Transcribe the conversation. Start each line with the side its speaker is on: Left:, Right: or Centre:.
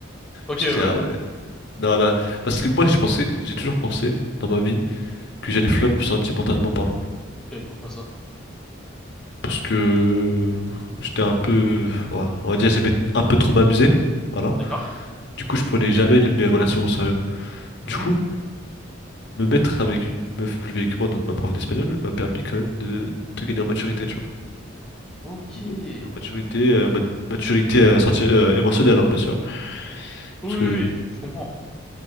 Centre: Ok,
Left: Je
Centre: ouais.
Left: me suis dit, ah ouais, non, là, parce que moi j'ai pensé, j'ai toujours pensé dans ma vie que j'allais flop sentimentalement parlant.
Centre: ouais. Et pourquoi ça?
Left: Parce que j'étais un peu, voilà, on va dire, j'aimais un peu trop m'amuser. Voilà.
Centre: D'accord?
Left: Du coup, je prenais jamais les- mes relations au sérieux. Du
Centre: Mhm.
Left: coup, me mettre avec une meuf plus vieille que moi, donc ma prof d'espagnol, m'a permis quand même de, de gagner en maturité, tu vois.
Centre: Ok.
Left: De-
Centre: Oui,
Left: de maturité, euh, mat- maturité euh, senti- euh, émotionnelle, hein, bien sûr.
Centre: oui,
Left: Parce
Centre: oui,
Left: que
Centre: oui. je comprends.